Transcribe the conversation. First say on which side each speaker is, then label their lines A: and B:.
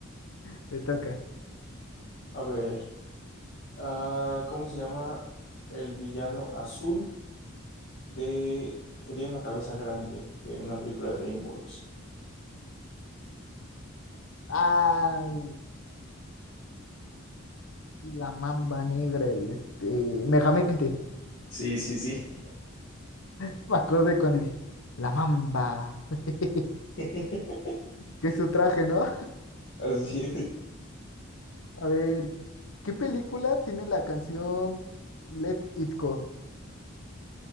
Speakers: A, on the left; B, on the left.
A: Te toca.
B: A ver, ah, ¿cómo se llama el villano azul de que tiene una cabeza grande de una película de DreamWorks?
A: Ay, la mamba negra, este, Megamente.
B: Sí, sí, sí.
A: <laughs> Me acordé cuando dije, la mamba. <laughs>
B: <laughs>
A: Que es su traje, ¿no?
B: Así es.
A: A ver, ¿qué película tiene la canción Let It Go?